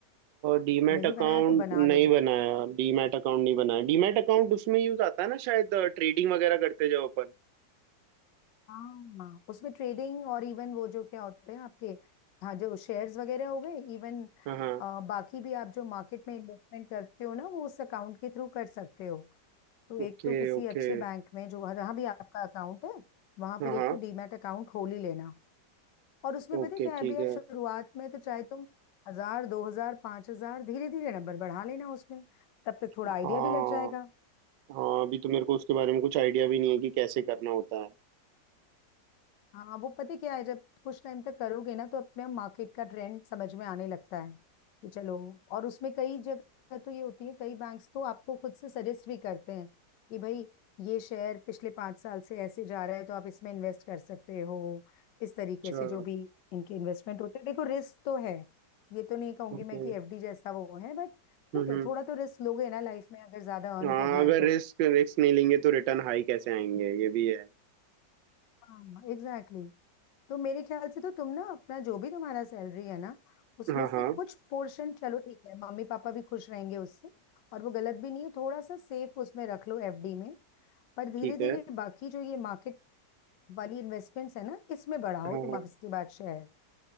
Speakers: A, on the right (about 85°); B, on the left (about 75°).
A: डीमैट
B: नहीं
A: अकाउंट
B: बनाया तो बना लो
A: नहीं बनाया डीमैट अकाउंट नहीं बनाया डीमैट अकाउंट उसमें यूज आता है ना शायद ट्रेडिंग वगैरह करते जाओ अपन
B: हाँ उसमें ट्रेडिंग और इवन वो जो क्या होते हैं आपके हाँ जो शेयर्स वगैरह हो गए इवन
A: हाँ हाँ
B: बाकी भी आप जो मार्केट में इन्वेस्टमेंट करते हो ना वो उस अकाउंट के थ्रू कर सकते हो तो एक
A: Okay
B: तो किसी
A: okay
B: अच्छे बैंक में जो जहां भी आपका अकाउंट है वहां पर
A: हाँ
B: एक
A: हाँ
B: तो डीमैट अकाउंट खोल ही लेना और उसमें
A: ओके
B: पता है क्या है,
A: ठीक
B: अभी आप
A: है
B: शुरुआत में तो चाहे तुम हजार दो हजार पांच हजार धीरे धीरे नंबर बढ़ा लेना उसमें तब तक थोड़ा
A: हाँ
B: आइडिया भी लग जाएगा
A: हाँ अभी तो मेरे को उसके बारे में कुछ आइडिया भी नहीं है कि कैसे करना होता है
B: हाँ वो पता है क्या है जब कुछ टाइम तक करोगे ना तो अपने आप मार्केट का ट्रेंड समझ में आने लगता है कि चलो और उसमें कई जगह तो ये होती है कई बैंक्स तो आपको खुद से सजेस्ट भी करते हैं कि भाई ये शेयर पिछले पांच साल से ऐसे जा रहा है तो आप इसमें इन्वेस्ट कर सकते हो इस तरीके
A: अच्छा
B: से जो भी इनके इन्वेस्टमेंट होते हैं देखो रिस्क तो है ये तो नहीं कहूंगी
A: ओके
B: मैं कि एफडी जैसा वो है बट
A: हम्म
B: ठीक है
A: हम्म
B: थोड़ा तो रिस्क लोगे ना लाइफ में अगर ज्यादा अर्न
A: हाँ
B: करना
A: अगर
B: है तो
A: रिस्क रिस्क नहीं लेंगे तो रिटर्न हाई कैसे आएंगे ये भी है
B: हाँ एग्जैक्टली तो मेरे ख्याल से तो तुम ना अपना जो भी तुम्हारा सैलरी है ना उसमें
A: हाँ
B: से
A: हाँ
B: कुछ पोर्शन चलो ठीक है मम्मी पापा भी खुश रहेंगे उससे और वो गलत भी नहीं है थोड़ा सा सेफ उसमें रख लो एफडी में पर धीरे
A: ठीक
B: धीरे
A: है
B: बाकी जो ये मार्केट वाली इन्वेस्टमेंट्स है ना इसमें बढ़ाओ
A: हाँ
B: तुम
A: हाँ।
B: अब इसके बाद शेयर